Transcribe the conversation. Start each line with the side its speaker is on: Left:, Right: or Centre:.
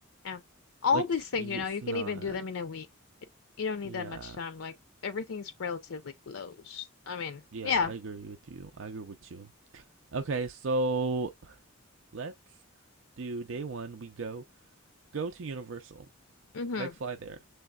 Left: Yeah. All
Right: like
Left: these things,
Right: y-
Left: you know,
Right: it's
Left: you can
Right: not.
Left: even do them in a week. It, you don't need
Right: Yeah,
Left: that much time. Like everything's relatively close. I mean,
Right: yeah,
Left: yeah.
Right: I agree with you. I agree with you. Okay, so let's do day one. We go go to Universal,
Left: Mm-hmm.
Right: like fly there,